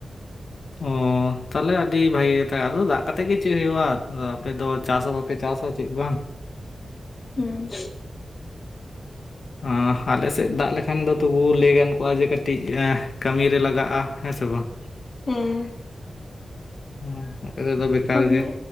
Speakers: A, on the left; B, on the left.
A: ᱚᱸᱻ ᱛᱟᱦᱮᱞᱮ ᱟᱹᱰᱤ ᱵᱷᱟᱜᱤ ᱠᱟᱛᱷᱟ ᱟᱫᱚ ᱫᱟᱜ ᱠᱟᱛᱮᱜ ᱜᱮ ᱪᱮᱜ ᱦᱩᱭᱩᱜᱼᱟ, ᱟᱫᱚ ᱟᱯᱮ ᱫᱚ ᱪᱟᱥ ᱦᱚᱸ ᱵᱟᱯᱮ ᱪᱟᱥᱼᱟ, ᱪᱮᱜ ᱵᱟᱝ ᱾
B: ᱦᱩᱸ᱾
A: ᱟᱸᱦ ᱟᱞᱮ ᱥᱮᱫ ᱫᱟᱜ ᱞᱮᱠᱷᱟᱱ ᱫᱚ ᱛᱚᱵᱩ ᱞᱟᱹᱭ ᱜᱟᱱ ᱠᱚᱜᱼᱟ ᱡᱮ ᱠᱟᱹᱴᱤᱡ ᱮᱸ ᱠᱟᱹᱢᱤ ᱨᱮ ᱞᱟᱜᱟᱜᱼᱟ, ᱦᱮᱸ ᱥᱮ ᱵᱟᱝ?
B: ᱦᱮᱸ᱾
A: ᱦᱩᱸ ᱟᱯᱮ ᱫᱚ ᱟᱫᱚ ᱵᱮᱠᱟᱨ
B: ᱟᱨ ᱚᱱᱮ
A: ᱜᱮ᱾